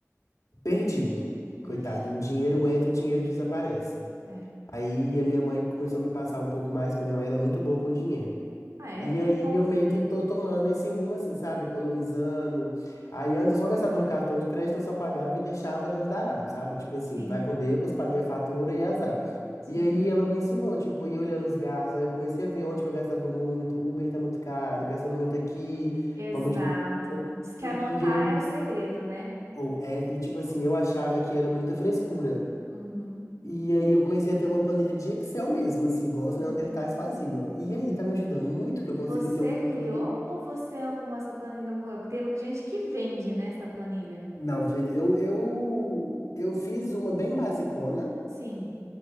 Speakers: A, on the left; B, on the right.
A: perdido. Coitado,
B: Vixe.
A: o dinheiro entra, o dinheiro desaparece.
B: É.
A: Aí a minha mãe começou a me passar um pouco mais, porque minha mãe ela é muito boa com dinheiro.
B: Ah, é?
A: E
B: Que
A: aí
B: bom.
A: eu meio que tô tomando esse rumo assim, sabe? Economizando. Aí antes eu só gastava no cartão de crédito, eu só pagava e deixava Deus dará, sabe? Tipo
B: Sim,
A: assim, vai com Deus, paguei a fatura e azar.
B: sim.
A: E aí ela me ensinou, tipo, ir olhando os gastos. Aí eu comecei a ver onde que eu gastava muito. Uber tá muito caro, gastando muito aqui,
B: Exato.
A: vamos diminuir. um pouco.
B: Diz que anotar
A: E aí,
B: é o segredo, né?
A: ou é, e tipo assim, eu achava que era muita frescura.
B: Uhum.
A: E aí eu comecei a ter uma planilha de Excel mesmo, assim, igual
B: Ah.
A: os Neandertais faziam. E aí tá me ajudando muito que eu consigo
B: Você
A: ter um controle
B: criou ou você arrumou essa planilha em algum lugar? Porque tem gente que vende, né, essa planilha.
A: Não, vida- eu, eu, eu fiz uma bem basicona,
B: Sim,